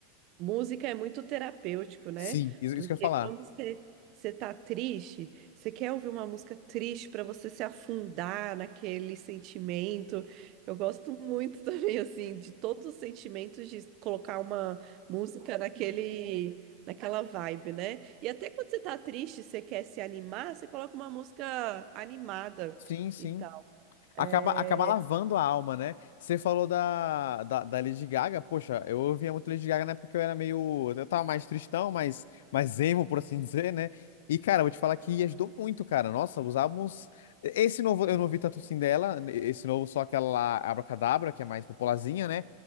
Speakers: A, on the right; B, on the left.
A: Música é muito terapêutico, né?
B: Sim. Isso,
A: Porque
B: isso que eu ia falar.
A: quando você você tá triste, você quer ouvir uma música triste para você se afundar naquele sentimento. Eu gosto muito <laughs> também assim de todos os sentimentos de colocar uma música naquele naquela vibe, né? E até quando você tá triste, você quer se animar, você coloca uma música animada
B: Sim, sim.
A: e tal. É,
B: Acaba, acaba lavando a alma, né? Você falou da, da, da Lady Gaga. Poxa, eu ouvia muito Lady Gaga na época que eu era meio. Eu tava mais tristão, mais, mais emo, por assim <laughs> dizer, né? E, cara, eu vou te falar que ajudou muito, cara. Nossa, os álbuns. Esse novo eu não vi tanto assim dela. Esse novo só aquela lá, Abracadabra, que é mais popularzinha, né?